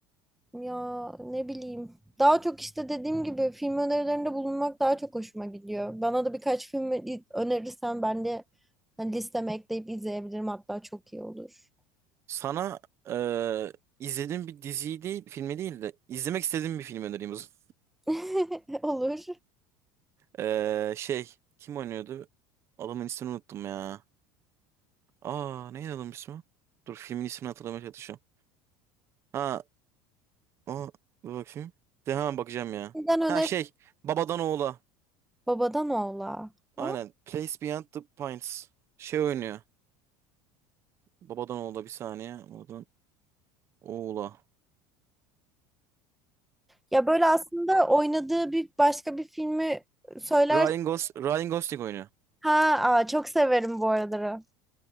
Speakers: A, in the centre; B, on the right (about 30°).
A: ya ne bileyim daha çok işte dediğim gibi film önerilerinde bulunmak daha çok hoşuma gidiyor. Bana da birkaç film i- önerirsen ben de hani listeme ekleyip izleyebilirim hatta çok iyi olur.
B: Sana eee izlediğim bir diziyi değil, filmi değil de izlemek istediğim bir film önereyim o zaman.
A: <laughs> Olur.
B: Eee, şey kim oynuyordu? Adamın ismini unuttum ya. Aa neydi adamın ismi? Dur filmin ismini hatırlamaya çalışıyorum. Ha o dur bakayım. De hemen bakacağım ya.
A: Başkasından
B: Ha
A: öner
B: şey Babadan Oğula.
A: babadan oğla. Ha?
B: Aynen. Place Beyond the Pines. Şey oynuyor. Babadan Oğula bir saniye. Babadan Oğula.
A: Ya böyle aslında oynadığı bir başka bir filmi söyler.
B: Ryan Gos Ryan Gosling oynuyor.
A: Ha, aa, çok severim bu araları.